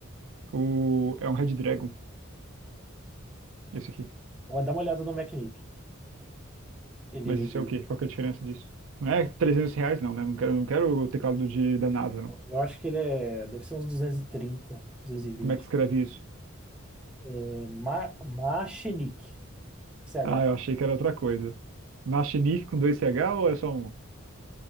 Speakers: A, on the right; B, in the centre.
A: O, é um Red Dragon, esse aqui.
B: Ó, Dá uma olhada no Macnic. Ele,
A: Mas isso é o quê? Qual que é a diferença disso? Não é 300 reais, não, né? Não quero, não quero o teclado de, da NASA, não.
B: eu acho que ele é, deve ser uns 230, 220.
A: Como é que escreve isso?
B: É, Ma, Machinic, CH.
A: Ah, eu achei que era outra coisa. Machinique com dois C H ou é só um?